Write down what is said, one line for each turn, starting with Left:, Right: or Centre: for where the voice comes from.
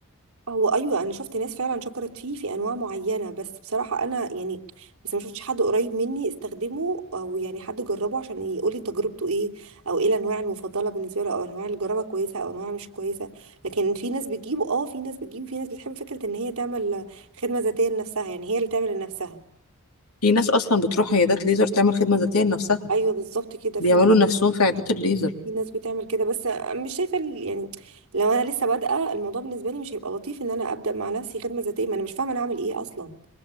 Right: هو ايوه انا شفت ناس فعلا شكرت فيه في انواع معينه بس بصراحه انا يعني بس ما شفتش حد قريب مني استخدمه او يعني حد جربه عشان يقولي تجربته ايه او ايه الانواع المفضله بالنسبه له او انواع اللي جربها كويسه او انواع مش كويسه لكن في ناس بتجيبه اه في ناس بتجيبه في ناس بتحب فكره ان هي تعمل خدمه ذاتيه لنفسها يعني هي اللي تعمل لنفسها
Left: في ناس اصلا بتروح عيادات ليزر تعمل خدمه ذاتيه لنفسها
Right: ايوه بالظبط كده
Left: بيعملوا
Right: في ناس
Left: لنفسهم في عيادات الليزر
Right: في ناس بتعمل كده بس مش شايفه ال- يعني لو انا لسه بادئه الموضوع بالنسبه لي مش هيبقى لطيف ان انا ابدا مع نفسي خدمه ذاتيه ما انا مش فاهمه انا اعمل ايه اصلا